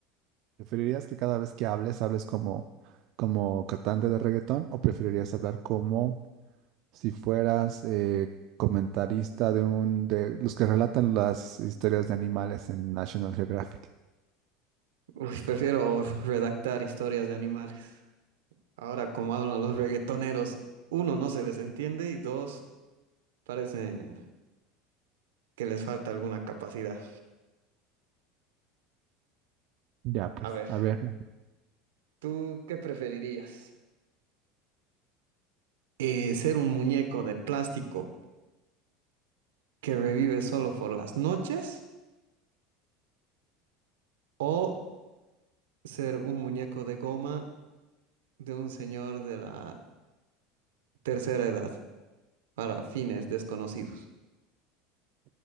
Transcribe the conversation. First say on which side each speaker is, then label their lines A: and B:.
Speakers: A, on the right; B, on the right.
A: ¿Preferirías que cada vez que hables, hables como, como cantante de reggaetón o preferirías hablar como si fueras eh, comentarista de un de los que relatan las historias de animales en National Geographic?
B: Uy, prefiero redactar historias de animales. Ahora, como hablan los reggaetoneros, uno, no se les entiende y dos, parecen que les falta alguna capacidad.
A: Ya, pues,
B: A ver,
A: a ver, <laughs>
B: ¿tú qué preferirías? Eh, ¿ser un muñeco de plástico que revive solo por las noches o ser un muñeco de goma de un señor de la tercera edad para fines desconocidos?